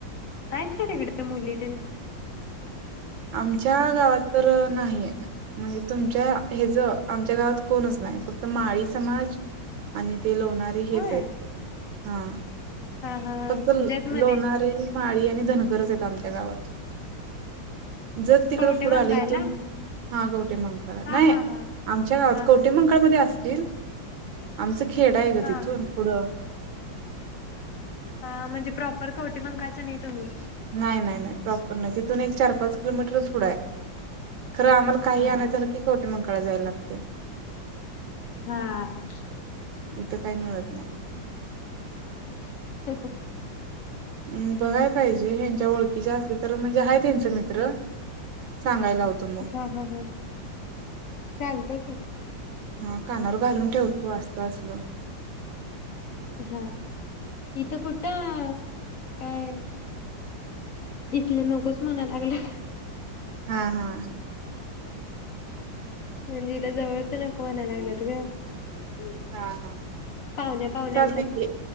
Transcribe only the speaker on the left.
आहेत का तिकडे मुली ते
होय
हा हा हा
जतमध्ये
कवटे
मंग
राहायला
हा
हा हा
हा
हा
हा
ह म्हणजे प्रॉपर कवठेमहाकांळ नाही तुम्ही
हा हा
हा.. <inaudible>
<inaudible>
हा हा चालतय की
हा इथं कुठं? काय? इथलं नकोच म्हणा लागलाय
म्हणजे इथं जवळच नको म्हणायला लागलेत ग <unintelligible>
पाहुण्या, पाहुण्याच्यात